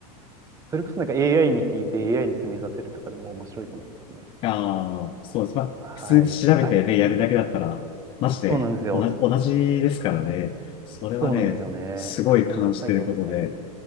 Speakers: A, on the right; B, on the left.
A: それこそなんか AI に聞いて AI に決めさせるとかでも面白いと思いますしね。
B: ああ、そうです。まあ、
A: はい。
B: 普通に調べてね、
A: あ、
B: やるだけだったら、まして、
A: そうなんですよ。
B: 同じ、同じですからね。それはね、
A: そうなんですよね。
B: すごい感じてることで、
A: 確認作業みたいに。